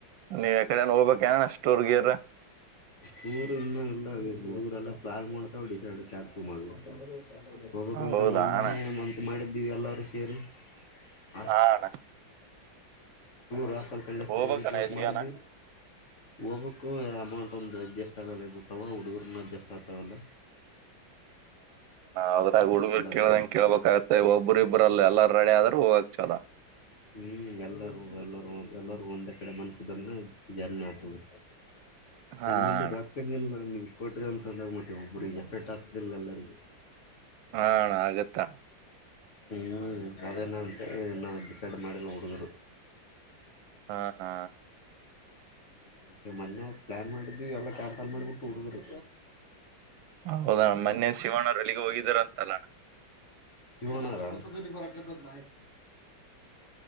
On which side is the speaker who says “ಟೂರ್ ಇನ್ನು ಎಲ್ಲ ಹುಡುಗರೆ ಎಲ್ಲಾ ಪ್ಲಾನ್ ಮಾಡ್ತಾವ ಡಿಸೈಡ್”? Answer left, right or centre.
Left